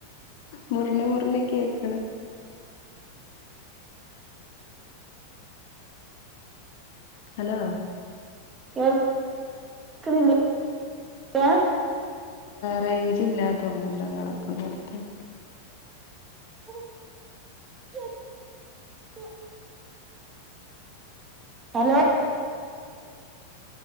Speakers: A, on the left; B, on the right.
A: മുറിഞ്ഞ് മുറിഞ്ഞ് കേക്കണ് <inaudible> ഹലോ
B: കേൾ ന്നില്ലേ
A: റേഞ്ച് ഇല്ലാ തോന്നുണ്ടങ്ങളൊക്കെണ്ട് അവടുത്ത
B: <inaudible> ഹലോ